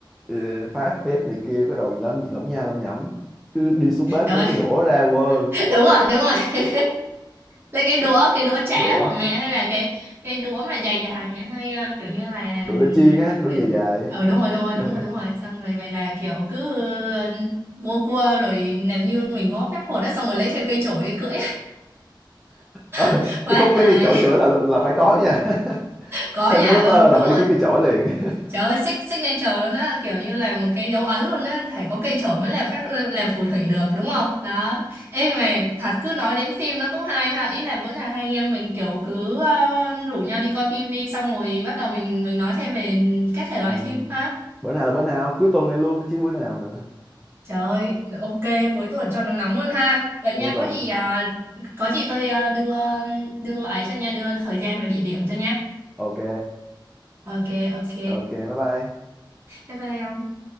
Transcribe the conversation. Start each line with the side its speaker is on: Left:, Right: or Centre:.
Centre: ừ, phát phép này kia cái đầu lắm lắm nha lắm nhẩm cứ đi xuống bếp
Right: trời
Centre: lấy
Right: ơi
Centre: cái đũa ra quơ
Right: <laughs> đúng rồi đúng rồi lấy cái đũa cái đũa chả
Centre: đũa
Right: của mẹ hay là cái cái đũa mà dài dài mẹ hay ờ, kiểu như là
Centre: đũa để chiên á cái đũa
Right: kiểu
Centre: dài dài
Right: ờ đúng rồi đúng rồi đúng
Centre: Ờ,
Right: rồi đúng rồi xong rồi vậy là kiểu cứ ờ, vô cua rồi làm như mình có phép thuật đó xong rồi lấy thêm cây chổi cưỡi
Centre: ờ,
Right: <laughs> quá
Centre: cái khúc
Right: hài
Centre: lấy cái chổi chửi là, là là phải có nha <laughs>
Right: có
Centre: xem
Right: nha
Centre: Harry Potter
Right: ừ
Centre: là
Right: đúng
Centre: phải
Right: rồi
Centre: đi kiếm cái chổi liền <laughs>
Right: Trời ơi, sig- signature luôn á, kiểu như là một cái dấu ấn luôn á, phải có cây chổi mới làm phép làm phù thủy được đúng không? Đó. Ê mà thật cứ nói đến phim nó cũng hay ha, ý là bữa nào hai anh em mình kiểu cứ ờ, rủ nhau đi coi phim đi xong rồi bắt đầu mình mình nói thêm về các thể loại
Centre: ừ.
Right: phim ha.
Centre: bữa nào là bữa nào cuối tuần này luôn đó chứ bữa nào nữa
Right: Trời ơi, ok, cuối tuần cho nó nóng luôn ha. Vậy
Centre: cuối
Right: nha,
Centre: tuần
Right: có gì à, có gì tôi à, đưa đưa ấy cho nha, đưa thời gian và địa điểm cho nha.
Centre: ok
Right: Ok, ok.
Centre: ok bye bye
Right: Bye bye ông.